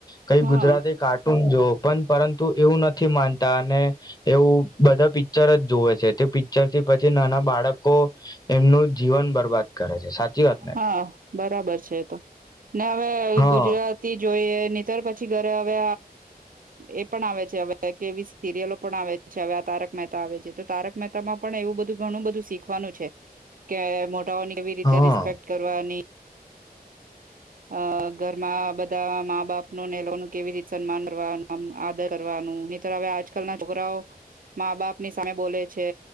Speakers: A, on the left; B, on the right.
A: કઈ
B: હા
A: ગુજરાતી કાર્ટૂન જો પણ પરંતુ એવું નથી માનતા અને એવું બધા પિક્ચર જ જોવે છે તે પિક્ચર થી પછી નાના બાળકો એમનું જીવન બરબાદ કરે છે સાચી વાત ને
B: હા બરાબર છે એ તો ને વે
A: હા
B: ગુજરાતી જોઈએ નીતર પછી ઘરે હવે એ પણ આવે છે હવે કેવી સિરિયલો પણ આવે છે હવે આ તારક મહેતા આવે છે તો તારક મહેતામાં પણ એવું બધું ઘણું બધું શીખવાનું છે કે મો ટાની કેવી રીતે
A: હા
B: રિસ્પેક્ટ કરવાની અ ઘરમાં બધા મા બાપનું ને લોનું કેવી રીતે સન્માન કરવાનું આમ આદર કરવાનું મિત્ર હવે આજકાલ ના છોકરાઓ મા બાપની સામે બોલે છે